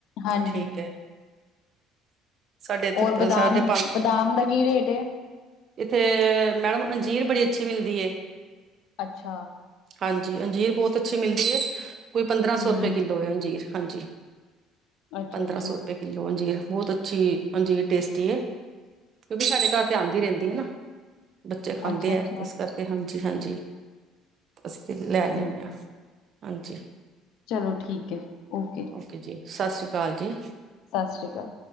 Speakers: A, on the left; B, on the right.
A: ਹਾਂਜੀ
B: ਠੀਕ ਐ। ਸਾਡੇ ਇੱਥੇ
A: ਔਰ ਬਦਾਮ
B: ਅ ਸਾਡੇ
A: ਬਦਾਮ ਦਾ ਕੀ ਰੇਟ ਏ?
B: ਇੱਥੇ ਮੈਡਮ ਅੰਜੀਰ ਬੜੀ ਅੱਛੀ ਮਿਲਦੀ ਏ।
A: ਅੱਛਾ।
B: ਹਾਂਜੀ ਅੰਜੀਰ ਬਹੁਤ ਅੱਛੀ ਮਿਲਦੀ ਐ। ਕੋਈ ਪੰਦਰਾਂ ਸੌ
A: ਹਮ
B: ਰੁਪਏ ਕਿੱਲੋ ਹੈ ਅੰਜੀਰ, ਹਾਂਜੀ।
A: ਅੱਛਾ
B: ਪੰਦਰਾਂ
A: ਅੱਛਾ
B: ਸੌ ਰੁਪਏ ਕਿੱਲੋ ਅੰਜੀਰ। ਬਹੁਤ ਅੱਛੀ ਏ ਅੰਜੀਰ ਟੇਸਟੀ ਏ। ਕਿਉਂਕਿ ਸਾਡੇ ਘਰ ਤੇ ਆਂਦੀ ਰਹਿੰਦੀ ਐ ਨਾ ਬੱਚੇ ਖਾਂਦੇ
A: ਅੱਛਾ ਅੱਛਾ
B: ਐ। ਇਸ ਕਰਕੇ ਤੇ ਹਾਂਜੀ-ਹਾਂਜੀ। ਅਸੀਂ ਤੇ ਲੈ
A: ਠੀਕ
B: ਲਉਦੇ ਆ,
A: ਹੈ
B: ਹਾਂਜੀ।
A: ਚਲੋ ਠੀਕ ਐ। ਓਕੇ।
B: ਓਕੇ ਜੀ‌। ਸਤਿ ਸ਼੍ਰੀ ਅਕਾਲ ਜੀ।
A: ਸਤਿ ਸ਼੍ਰੀ ਅਕਾਲ‌।